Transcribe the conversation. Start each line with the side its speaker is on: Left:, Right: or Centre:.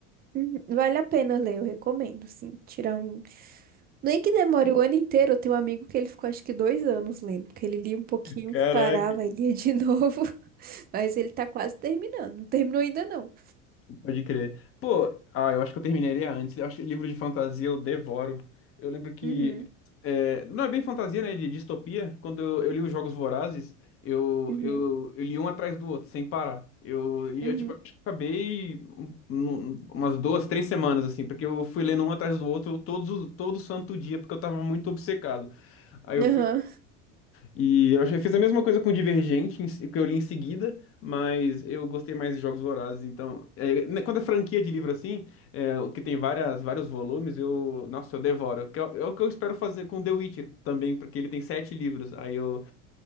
Right: Uhum. Vale a pena ler, eu recomendo, sim. Tirar um Nem que demore o ano inteiro, eu tenho um amigo que ele ficou acho que dois anos lendo, porque ele lia um pouquinho,
Left: Caraca.
Right: parava e lia de <laughs> novo. Mas ele tá quase terminando, não terminou ainda não.
Left: Pode crer. Pô, ah, eu acho que eu terminaria antes. Eu acho que livro de fantasia eu devoro. Eu lembro que.
Right: Uhum,
Left: é, não é bem fantasia, né? De distopia. Quando eu, eu li os Jogos Vorazes, eu,
Right: uhum,
Left: eu, eu li um atrás do outro, sem parar. Eu, e
Right: uhum,
Left: eu, tipo, acho que acabei um- um- umas duas, três semanas, assim, porque eu fui lendo um atrás do outro todos, os- todo santo dia, porque eu tava muito obcecado. Aí eu
Right: aham.
Left: E eu achei, fiz a mesma coisa com Divergente, em se- que eu li em seguida, mas eu gostei mais de Jogos Vorazes. Então, é, né, quando é franquia de livro assim, é, o que tem várias, vários volumes, eu, nossa, eu devoro. Que é, o é o que eu espero fazer com The Witcher também, porque ele tem sete livros. Aí eu,